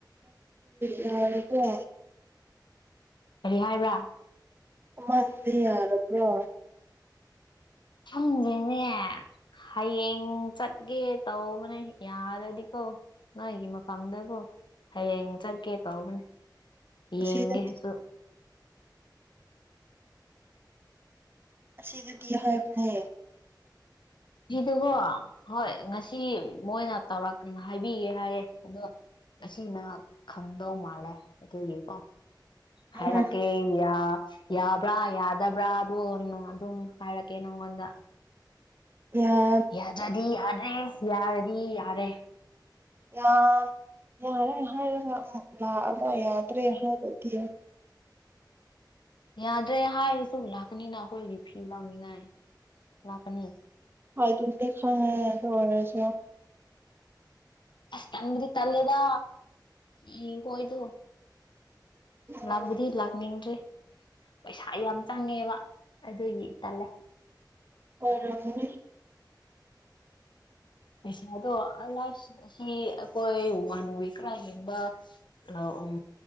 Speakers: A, on the right; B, on the left.
A: ꯌꯥꯔꯕ
B: ꯀ꯭ꯔꯤ ꯍꯥꯏꯕ꯭ꯔꯥ
A: ꯃꯗꯤ ꯌꯥꯔꯕ
B: ꯈꯪꯗꯦꯅꯦ ꯍꯌꯦꯡ ꯆꯠꯒꯦ ꯇꯧꯕꯅꯦ ꯌꯥꯔꯗꯤꯀꯣ ꯅꯣꯏꯒꯤ ꯃꯐꯝꯗꯀꯣ ꯍꯌꯦꯡ ꯆꯠꯀꯦ ꯇꯧꯕꯅꯦ ꯌꯦꯡꯒꯦ
A: ꯑꯁꯤꯗꯗꯤ
B: ꯑꯗꯨ
A: ꯑꯁꯤꯗꯗꯤ ꯍꯥꯏꯕꯅꯦ
B: ꯏꯗꯨꯒꯣ ꯍꯣꯏ ꯉꯁꯤ ꯃꯣꯏꯅ ꯇꯧꯔꯛꯀꯦꯅ ꯍꯥꯏꯕꯤꯒꯦ ꯍꯥꯏꯌꯦ ꯑꯗꯣ ꯉꯁꯤꯅ ꯈꯪꯗꯧ ꯃꯥꯜꯂꯦ ꯑꯗꯨꯒꯤꯀꯣ
A: ꯎꯝ
B: ꯍꯥꯏꯔꯛꯀꯦ ꯑꯦ ꯌꯥ ꯌꯥꯕ꯭ꯔꯥ ꯌꯥꯗꯕ꯭ꯔꯥ ꯑꯗꯨ ꯑꯗꯨꯝ ꯍꯥꯏꯔꯛꯀꯦ ꯅꯪꯉꯣꯟꯗ
A: ꯌꯥꯝ
B: ꯌꯥꯗ꯭ꯔꯗꯤ ꯌꯥꯗ꯭ꯔꯦ ꯌꯥꯔꯗꯤ ꯌꯥꯔꯦ
A: ꯌꯥ ꯌꯥꯔꯦ ꯍꯥꯏꯔꯒ ꯑꯃꯨꯛ ꯂꯥꯛꯑꯒ ꯌꯥꯗ꯭ꯔꯦ ꯍꯥꯏꯔꯗꯤ
B: ꯌꯥꯗ꯭ꯔꯦ ꯍꯥꯏꯔꯁꯨ ꯂꯥꯛꯀꯅꯤꯅ ꯑꯩꯈꯣꯏꯒꯤ ꯐꯤ ꯂꯥꯎꯅꯤꯉꯥꯏ ꯂꯥꯛꯀꯅꯤ
A: ꯍꯣꯏ ꯑꯗꯨꯝꯗꯤ ꯈꯪꯉꯦ ꯑꯗꯨ ꯑꯣꯏꯔꯁꯨ
B: ꯑꯁ ꯇꯟꯕꯗꯤ ꯇꯜꯂꯦꯗ ꯏ ꯈꯣꯏꯗꯨ
A: ꯎꯝ
B: ꯂꯥꯛꯕꯨꯗꯤ ꯂꯥꯛꯅꯤꯡꯗ꯭ꯔꯤ ꯄꯩꯁꯥ ꯌꯥꯝ ꯆꯪꯉꯦꯕ ꯑꯗꯨꯒꯤ ꯇꯜꯂꯦ
A: ꯑꯣꯏꯔꯝꯅꯤ
B: ꯄꯩꯁꯥꯗꯣ ꯂꯥꯏ ꯑꯁꯤ ꯑꯩꯈꯣꯏ ꯋꯥꯟ ꯋꯤꯛ ꯈꯔ ꯍꯦꯟꯕ ꯎꯝ